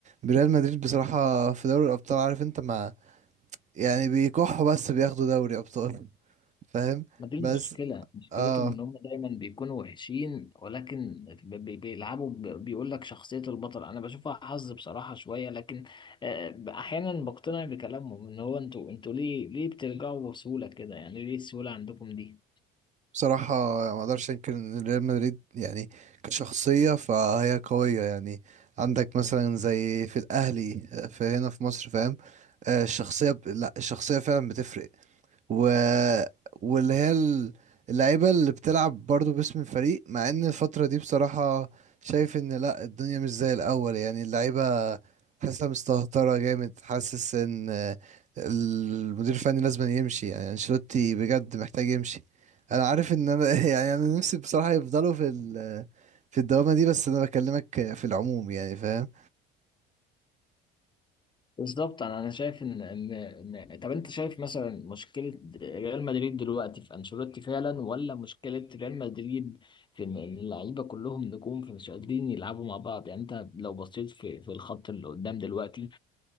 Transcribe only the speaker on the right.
ريال مدريد بصراحة في دوري الأبطال عارف انت ما يعني بيكحوا بس بياخدوا دوري أبطال فاهم
بس
اه
بصراحة ما اقدرش انكر ان ريال مدريد يعني كشخصية فهي قوية يعني عندك مثلا زي في الاهلي آه، في هنا في مصر فاهم آه، الشخصية ب... لا الشخصية فعلا بتفرق و... واللي هي ال- اللعيبة اللي بتلعب برضو باسم الفريق مع ان الفترة دي بصراحة شايف ان لا الدنيا مش زي الاول يعني اللعيبة حاسة مستهترة جامد حاسس ان آه، المدير الفني لازم يمشي يعني انشيلوتي بجد محتاج يمشي انا عارف ان انا <laughs> يعني انا نفسي بصراحة يفضلوا في ال... في الدوامة دي بس انا بكلمك في العموم يعني فاهم